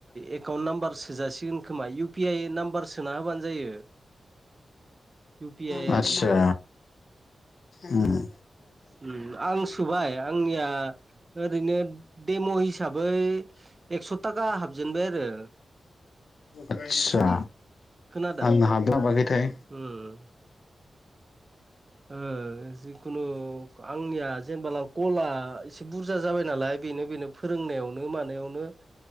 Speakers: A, on the right (about 35°); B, on the left (about 65°).
A: एकाउन्ट नाम्बार सोजासिगोन खोमा इउ पि आइ नाम्बार सोना होबानो जायो इउ पि आइ
B: <inaudible>
A: आइदिखौ
B: आतसा उम्म।
A: उम्म आं सुबाय आंनिया ओ ओरैनो देम' हिसाबै एक्स' थाखा हाबजेनबाय आरो।
B: आतसा
A: खोनादों
B: आंनो हाबनो हाबाखैथाय
A: उम ओ जिखुनु आंनिया जेनबा लाव कलला एसे बुरजा जाबाय नालाय बेनो बेनो फोरोंनायावनो मानायावनो